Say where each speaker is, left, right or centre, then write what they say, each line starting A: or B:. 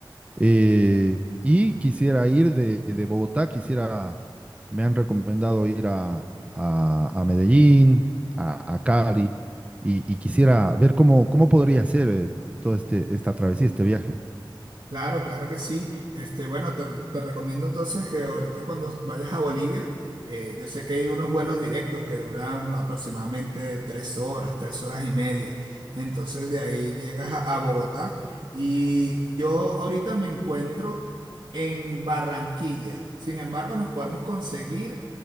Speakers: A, on the right (about 15°); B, on the right (about 65°).
A: Eh, y quisiera ir de, de Bogotá, quisiera, me han recomendado ir a, a- a Medellín, a, a Cali, y, y quisiera ver cómo, cómo podría ser eh, todo este, esta travesía, este viaje.
B: Claro, claro que sí. Este, bueno, te, te recomiendo entonces que ahorita cuando vayas a Bolivia, eh, yo sé que hay unos vuelos directos que duran aproximadamente tres horas, tres horas y media. Entonces de ahí llegas a, a Bogotá y yo ahorita me encuentro en Barranquilla. Sin embargo, nos podemos conseguir